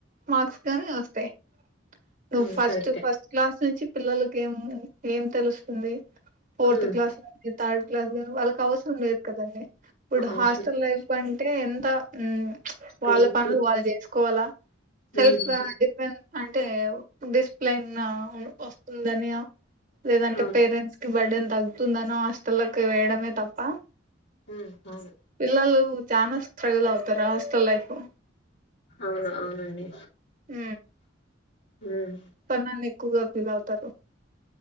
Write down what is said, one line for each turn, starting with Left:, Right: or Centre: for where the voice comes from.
Right: మార్క్స్ కానీ వస్తయ్ నువ్వు
Left: అవును
Right: ఫస్ట్
Left: కరెక్టే
Right: ఫస్ట్ క్లాస్ నుంచి పిల్లలకి ఏం ఏం తెలుస్తుంది ఫోర్త్
Left: ఉమ్
Right: క్లాస్ కానీ థర్డ్ క్లాస్ గానీ వాళ్ళకి అవసరం లేదు కదండి ఇప్పుడు
Left: అ- అవసరం
Right: హాస్టల్ లైఫ్ అంటే ఎంత ప్చ్ వాళ్ళ
Left: పెయిన్ఫుల్
Right: పనులు వాళ్ళు చేసు కోలా సెల్ఫ్
Left: ఉమ్
Right: గా డిఫెన్స్ అంటే డిసిప్లన్ ఆ వస్తుందని లేదంటే
Left: అవును
Right: పేరెంట్స్ కి బర్డేన్ తగ్గుతుందనో హాస్టల్లకు వేయడమే తప్ప
Left: ఊ అవును
Right: పిల్లలు చానా స్ట్రగల్ అవుతార హాస్టెల్ లైఫు
Left: అవును అవునండి
Right: ఊ
Left: ఉమ్
Right: పన్నాన్ని ఎక్కువగా ఫీల్ అవుతారు